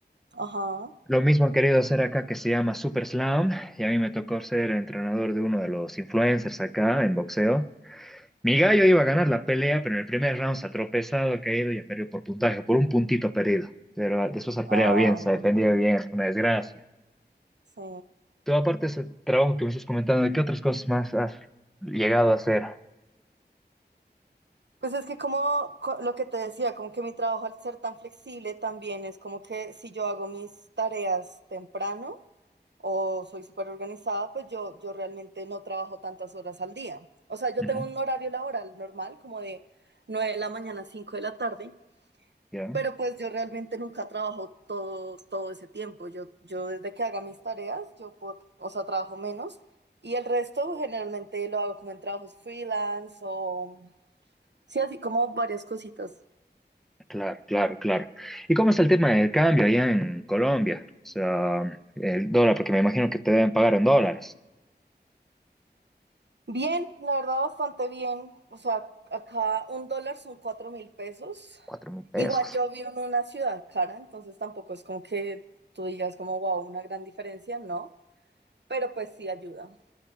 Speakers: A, on the right (about 80°); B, in the centre.
A: Ajá.
B: Lo mismo han querido hacer acá que se llama Super Slam. Y a mí me tocó ser entrenador de uno de los influencers acá en boxeo. Mi gallo iba a ganar la pelea, pero en el primer round se ha tropezado, ha caído y ha perdido por puntaje, por un puntito perdido. Pero ah, después ha
A: Ay,
B: peleado bien, se ha
A: no.
B: defendido bien, una desgracia.
A: Sí.
B: Tú, aparte de ese trabajo que me estás comentando, ¿qué otras cosas más has llegado a hacer?
A: Pues es que como co- lo que te decía, como que mi trabajo al ser tan flexible también es como que si yo hago mis tareas temprano, o soy súper organizada, pues yo, yo realmente no trabajo tantas horas al día. O sea, yo
B: Ujú.
A: tengo un horario laboral normal, como de 9 de la mañana a 5 de la tarde,
B: Ya,
A: pero pues yo realmente nunca trabajo todo, todo ese tiempo. Yo, yo desde que haga mis tareas, yo puedo, o sea, trabajo menos y el resto generalmente lo hago como en trabajos freelance o sí, así como varias cositas.
B: claro, claro, claro. ¿Y cómo está el tema del cambio allá en Colombia? O sea, el dólar, porque me imagino que te deben pagar en dólares.
A: Bien, la verdad bastante bien. O sea, acá un dólar son cuatro mil pesos.
B: Cuatro mil pesos.
A: Igual yo vivo en una ciudad cara, entonces tampoco es como que tú digas como, wow, una gran diferencia, no, pero pues sí ayuda.